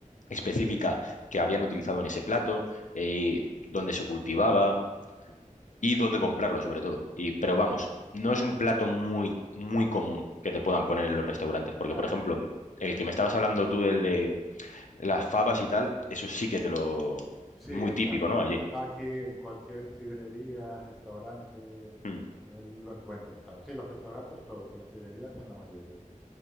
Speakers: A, on the left (about 65°); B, in the centre.
A: específica que habían utilizado en ese plato, eh, dónde se cultivaba y dónde comprarlo, sobre todo. Y, pero vamos, no es un plato muy, muy común que te puedan poner en los restaurantes, porque,
B: claro.
A: por ejemplo, el que me estabas hablando tú, del de las favas y tal, eso sí que te lo...
B: Sí,
A: Muy
B: esa.
A: típico, ¿no? Allí.
B: Aquí en cualquier sidrería, restaurante, eh,
A: Mm,
B: lo encuentras, claro. Sí, los restaurantes todos y las sidrerías en la mayoría.